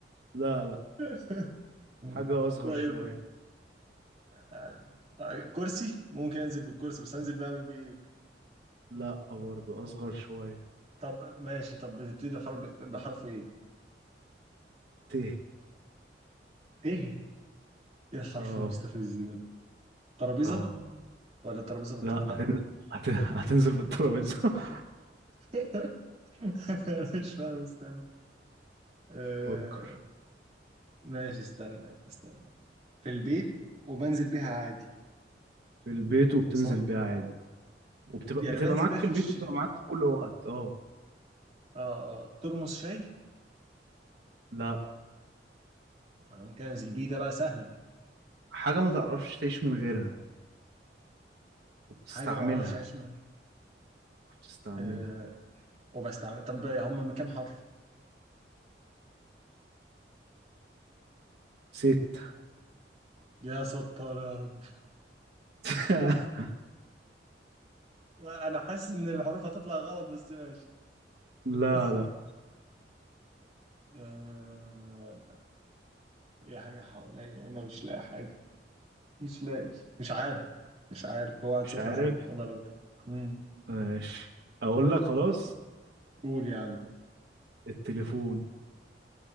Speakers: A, on the right; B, on the right.
A: لا لا
B: <laughs> مم.
A: حاجة اصغر
B: طيب
A: شوية
B: آه، آه، كرسي ممكن انزل بالكرسي بس انزل بعمل بيه ايه
A: لا برضو اصغر شوية
B: طب ماشي طب بتبتدي بحرف بحرف ايه
A: ت
B: ايه ايه الحرف
A: اه
B: المستفز ده ترابيزة
A: اه
B: ولا ترابيزة بالطه
A: لا
B: لا
A: هتن... هت... هتنزل بالترابيزة <laughs>
B: <laughs> انا مش فاهم استنى آه،
A: فكر
B: ماشي استنى استنى في البيت وبنزل بيها عادي
A: في البيت وبتنزل
B: صح؟
A: بيها عادي وبتبقى
B: يعني
A: بتبقى
B: بنزل
A: معاك
B: بيها
A: في
B: في
A: البيت
B: الش
A: وبتبقى معاك في كل وقت اه
B: اه اه ترمس شاي
A: لا
B: أنا ممكن انزل بيه ده بقى سهل
A: حاجة ما تعرفش تعيش من غيرها وبتستعملها
B: حاجه ما اعرفش اعيش منها
A: بتستعملها
B: آه وبستعمل طب هم من كام حرف
A: ست
B: يا ستار يا رب
A: <laughs>
B: انا حاسس ان الحروف هتطلع غلط بس ماشي
A: لا
B: <laughs>
A: لا
B: آه يا حاجه حواليا انا مش لاقي حاجه مش لاقي مش عارف مش عارف هو واحد
A: مش
B: صفر
A: عارف
B: حلو انا راضي مم.
A: ماشي اقول لك خلاص
B: قول يا عم
A: التليفون